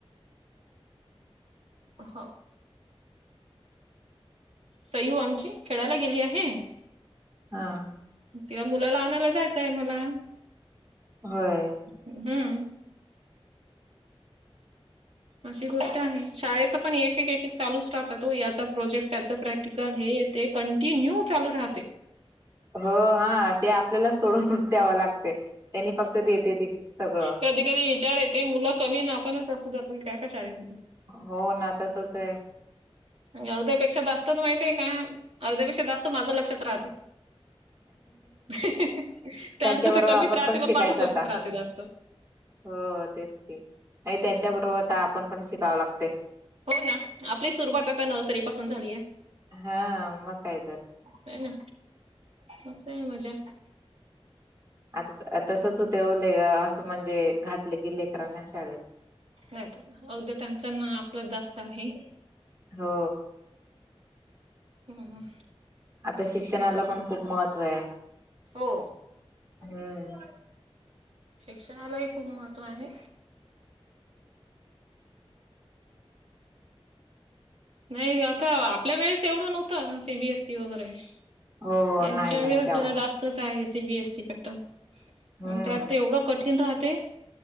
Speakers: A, on the right; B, on the right.
A: हो. सयू आमची खेळायला गेली आहे.
B: हा.
A: तेव्हा मुलाला आणायला जायचं आहे मला.
B: होय.
A: हम्म. अशी गोष्ट आहे शाळेचं पण एक एक एक एक चालूच राहतात त याचा प्रोजेक्ट त्याच प्रॅक्टिकल हे येते. कंटिन्यू चालू राहते.
B: हो हा ते आपल्याला सोडून द्यावं लागते त्यांनी फक्त देते ती सगळं.
A: कधी कधी विचार येते मुलं कमी ना आपणच जास्त जातोय काय का शाळेमध्ये.
B: हो ना तसच आहे.
A: अगध्या पेक्षा जास्तच माहिती आहे का अगद्यापेक्षा जास्त माझं लक्षात राहते. त्यांचं
B: त्यांच्या बरोबर
A: तर कमीच
B: आपण
A: राहते
B: शिकायचं
A: पण माझंच लक्षात
B: आता
A: राहते जास्त.
B: हो तेच क नाही त्यांच्या बरोबर आपण पण शिकावं लागत.
A: हो ना आपली सुरुवात आता नर्सरी पासून झाली आहे.
B: हा मग काय तर
A: नाही ना असं मजा.
B: आता तसच होते ओले असं म्हणजे घातले गी लेकरांना शाळेत
A: नाहीत अगदीं त्यांचं ना आपलं जास्त आहे.
B: हो.
A: हम्म हम्म
B: आता शिक्षणाला पण खूप महत्त्व आहे.
A: हो.
B: हम्म.
A: शिक्षणालाही खूप महत्त्व आहे. नाही आता आपल्या वेळेस एवढं नव्हतं सीबीएससी वगैरे.
B: हो हो
A: यांच्या
B: नाही नाही
A: वेळेस
B: तेव्हा
A: जरा जास्त आहे सीबीएसी पॅटर्न
B: हम्म
A: त्यात एवढं कठीण राहते.